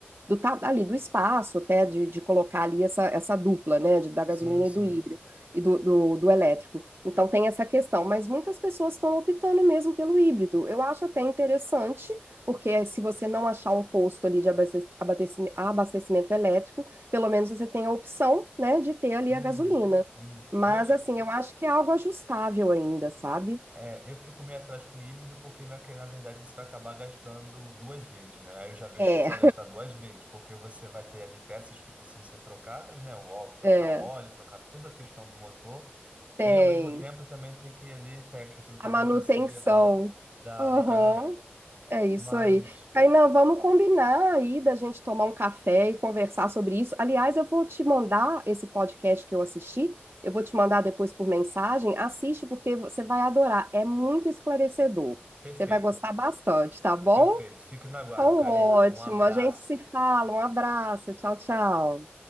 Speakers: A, on the right; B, on the right.
A: do ta- ali do espaço até de, de colocar ali essa, essa dupla, né, de, da gasolina
B: Sim, sim.
A: e do híbrido e do, do, do elétrico. Então tem essa questão, mas muitas pessoas estão optando mesmo pelo híbrido. Eu acho até interessante, porque se você não achar um posto ali de abaste- abastecime- abastecimento elétrico, pelo menos você tem a opção, né, de ter ali
B: Uhum,
A: a gasolina.
B: uhum.
A: Mas
B: Eu já
A: assim, eu acho que é algo ajustável ainda, sabe?
B: É, eu fico meio atrás com o híbrido porque na, que- na verdade você vai acabar gastando duas vezes, né? Aí eu já vejo
A: É,
B: que você vai gastar duas vezes, porque você vai ter ali peças que precisam ser trocadas, né? O óleo,
A: <laughs>
B: trocar
A: é,
B: o óleo, trocar toda a questão do motor
A: tem.
B: e ao mesmo tempo também tem que ali ter, enfrentar
A: A
B: a
A: manutenção.
B: burocracia a- da,
A: Aham.
B: do carro elétrico.
A: É isso
B: Mas
A: aí. Kainan, vamos combinar aí da gente tomar um café e conversar sobre isso. Aliás, eu vou te mandar esse podcast que eu assisti, eu vou te mandar depois por mensagem. Assiste porque você vai adorar. É muito esclarecedor.
B: perfeito,
A: Você vai gostar bastante, tá bom?
B: perfeito. Fico no aguardo,
A: Então,
B: Karina.
A: ótimo.
B: Um abraço.
A: A gente se fala. Um abraço. Tchau,
B: Tchau, tchau.
A: tchau.